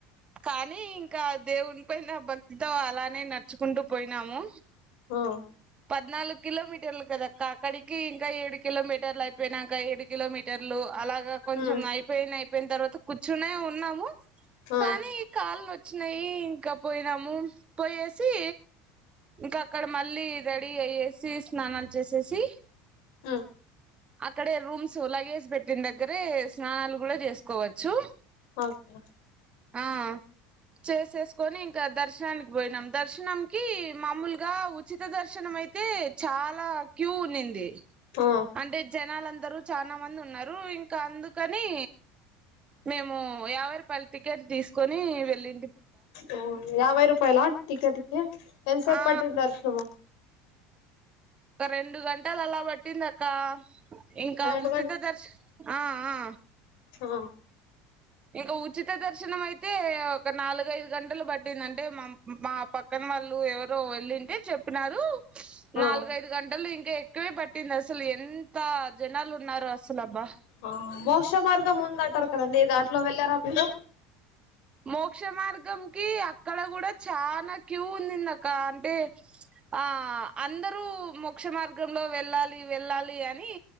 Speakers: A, on the right; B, on the left.
A: కానీ ఇంకా దేవుని పోయిన భక్తితో అలానే నడుచుకుంటూ పోయినాము
B: ఆ
A: పద్నాలుగు కిలోమీటర్లు కదక్క అక్కడి కి ఇంకా ఏడు కిలోమీటర్ లు అయిపోయినాక ఏడు కిలోమీటర్ లు అలాగా కొంచెం
B: ఉమ్
A: అయిపోయిన అయిపోయిన తర్వాత కూర్చునే ఉన్నాము
B: ఆ
A: కానీ ఈ కాల్ వ వచ్చినాయి ఇంకా పోయినాము పోయేసి ఇంకా అక్కడ మళ్ళీ రెడీ అయ్యేసి స్నానాలు చేసేసి
B: ఉమ్
A: అక్కడే రూమ్స్ లగేజ్ పెట్టిన దగ్గరే స్నానాలు కూడా చేసుకోవచ్చు
B: హ అక్క
A: ఆ చేసేసుకొని ఇంకా ద దర్శన పోయినాం దర్శనంకి మామూలు ఇగా ఉచిత దర్శనం అయితే చాలా క్యూ ఉన్నింది
B: ఆ
A: అంటే జనాలందరూ చాలా మంది ఉన్నారు ఇంకా అందుకని మేము వాళ్లు టికెట్ తీసుకొని వెల్లి
B: ఓ యాభై రూప్ రూపాయల టికెట్ కి ఎన్సేప్పటింది
A: ఆ
B: దర్శనము
A: ఒక రెండు గంటలు అలా పట్టిందక్క ఇంకా
B: రెండు
A: ఉచిత దర్శ ఆ ఆ
B: హ
A: ఇక ఉచిత దర్శనం మై యితే ఒక నాలుగఐదు గంటలు పట్టిందంటే మా మా పక్కన వాళ్ళు ఎవరు వెళ్ళింటే చెప్పినారు.
B: ఆ
A: నాలుగైదు గంటలు ఇం ఇంకా ఎక్కువే పట్టింది అసలు ఎంత జనాలు ఉన్నారు అసలు అబ్బా,
B: ఆ మోక్ష మార్గం ఉందంటారు కదండి దాంట్లో వెళ్ళారా మీరు
A: మోక్ష మార్గంకి అక్కడ కూడా చానా క్యూ ఉందింది అక్క అంటే ఆ అందరూ మోక్ష మార్గంలో వెళ్ళాలి వెళ్ళాలి అని